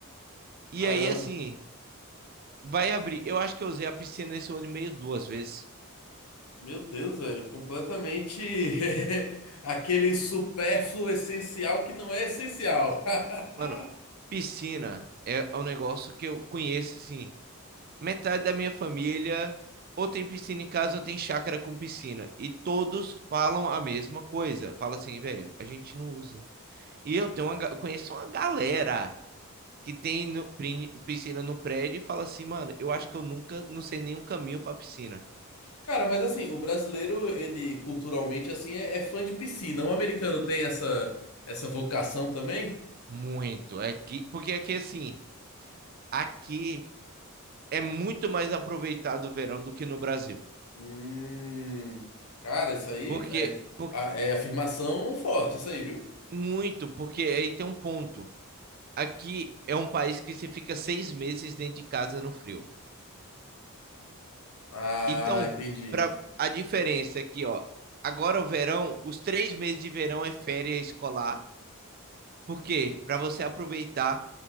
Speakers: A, on the right (about 40°); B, on the left (about 90°).
A: E
B: Caramba.
A: aí assim, vai abrir. Eu acho que eu usei a piscina esse ano e meio duas vezes.
B: Meu Deus, velho. Completamente <laughs> aquele supérfluo essencial que não é essencial. <laughs>
A: Mano, piscina é um negócio que eu conheço assim, metade da minha família ou tem piscina em casa ou tem chácara com piscina, e todos falam a mesma coisa. Fala assim, velho, a gente não usa. E eu tenho uma, eu conheço uma galera que tem no- piscina no prédio e fala assim, mano, eu acho que eu nunca, não sei nenhum caminho pra piscina.
B: Cara, mas assim, o brasileiro, ele culturalmente, assim, é, é fã de piscina. O americano tem essa, essa vocação também?
A: Muito. É que, porque aqui, assim, aqui é muito mais aproveitado o verão do que no Brasil.
B: Hum, cara, isso aí
A: Porque,
B: é,
A: porque,
B: a- é afirmação forte, isso aí, viu?
A: muito, porque aí tem um ponto. Aqui é um país que você fica seis meses dentro de casa no frio.
B: Ah,
A: Então,
B: entendi.
A: pra, a diferença é que, ó, agora o verão, os três meses de verão é férias escolar. Porque para você aproveitar